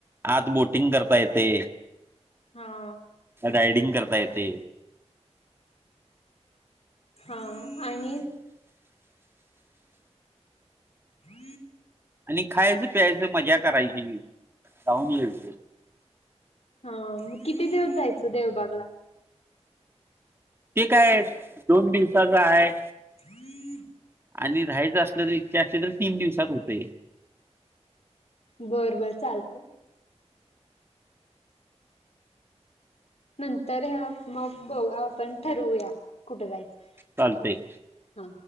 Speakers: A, on the right; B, on the left.
A: आत बोटिंग करता येते.
B: हां.
A: रायडिंग करता येते.
B: हा आणि हम
A: आणि खायचं प्यायच मजा करायची, खाऊन यायचं.
B: हा म किती दिवस जायचं देवबागला?
A: ते काय दोन दिवसाचा आहे.
B: हम्म
A: आणि राहायचं असल्या तर इच्छा असली तर तीन दिवसात होतय.
B: बरं बरं चालतय. नंतर ह्या प मप बऊ आपण ठरवूया कुठे जायचं?
A: चालतेय
B: हा.